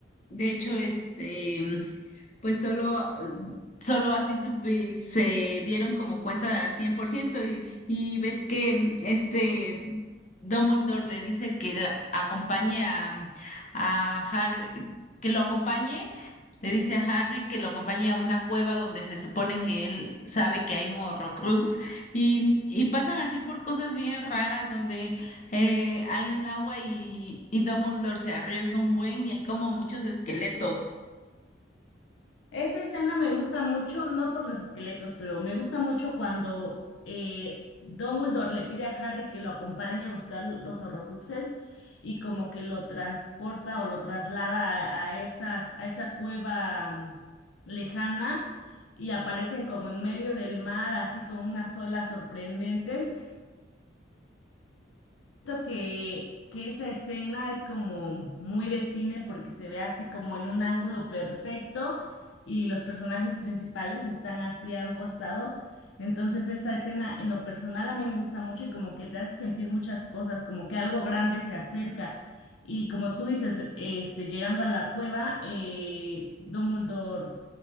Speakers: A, on the left; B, on the left.
A: de hecho, este, pues solo, solo así supe- se dieron como cuenta al 100% y, y ves que mm, este Dumbledore le dice que la- acompañe a, a Harry, que lo acompañe, le dice a Harry que lo acompañe a una cueva donde se supone que él sabe que hay un Horrocrux y, y pasan así por cosas bien raras donde eh, hay un agua y, y Dumbledore se arriesga un buen y hay como muchos esqueletos.
B: Esa escena me gusta mucho, no por los esqueletos, pero me gusta mucho cuando eh, Dumbledore le pide a Harry que lo acompañe a buscar los Horrocruxes y como que lo transporta o lo traslada a, a esas, a esa cueva mm, lejana y aparecen como en medio del mar, así con unas olas sorprendentes. Siento que, que esa escena es como muy de cine porque se ve así como en un ángulo perfecto y los personajes principales están así a un costado. Entonces esa escena en lo personal a mí me gusta mucho y como que te hace sentir muchas cosas, como que algo grande se acerca. Y como tú dices, este, llegando a la cueva, eh, Dumbledore